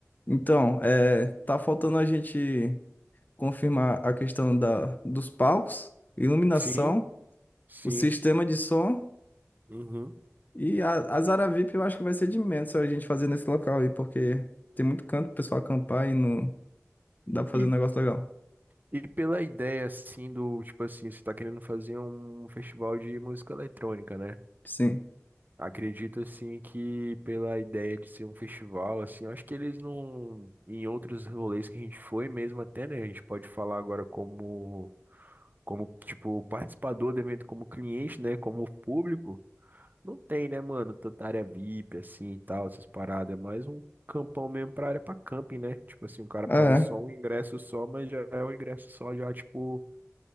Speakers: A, on the left; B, on the right.
A: Então, é, tá faltando a gente confirmar a questão da, dos palcos, iluminação,
B: Sim, sim.
A: o sistema de som
B: Uhum.
A: e a, a Zara VIP eu acho que vai ser de menos a gente fazer nesse local aí, porque tem muito canto pro pessoal acampar e não dá pra fazer
B: E,
A: um negócio legal.
B: e pela ideia, assim, do, tipo assim, você tá querendo fazer um festival de música eletrônica, né?
A: Sim.
B: Acredito, assim, que pela ideia de ser um festival, assim, eu acho que eles não. Em outros rolês que a gente foi mesmo, até, né? A gente pode falar agora como. Como, tipo, participador do evento, como cliente, né? Como público. Não tem, né, mano, tanta área VIP, assim, e tal, essas paradas. É mais um campão mesmo pra área pra camping, né? Tipo assim, o cara
A: é.
B: paga só um ingresso só, mas já é um ingresso só, já, tipo,